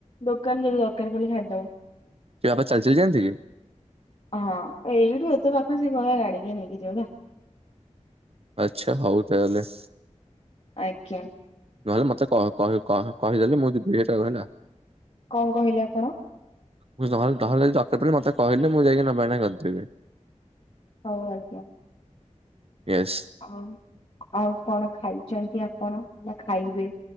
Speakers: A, on the left; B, on the right.
A: ଦୋକାନ ଯଦି ଦରକାର ପଇଲା ଛାଡି ଦବ।
B: କି ବାପା ଚାଲି, ଚାଲି ଯାନ୍ତି କି?
A: ହଁ, ଏଇଠୁ ଏତେ ପାଖା ସ କହ <unintelligible> ଗାଡିକି ନେଇକି ଯାଉ।
B: ଆଚ୍ଛା ହଉ ତାହେଲେ।
A: ଆଜ୍ଞା।
B: ନହେଲେ ମତେ କହି କହିଦେଲେ ମୁଁ ଦୁଇ ହଜାର ଟା କହିଲା <unintelligible>
A: କଣ କହିଲେ ଆପଣ?
B: ମୁଁହେ ତାହେଲେ ଦ ମତେହିଲେ ମୁଁ ଯାଇକି ନେବ କରିଦେବି <unintelligible>
A: ହଉ ଆଜ୍ଞା।
B: ୟେସ୍।
A: ଆଉ ଆଉ କଣ ଖାଇଛନ୍ତି ଆପଣ ନା ଖାଇବେ?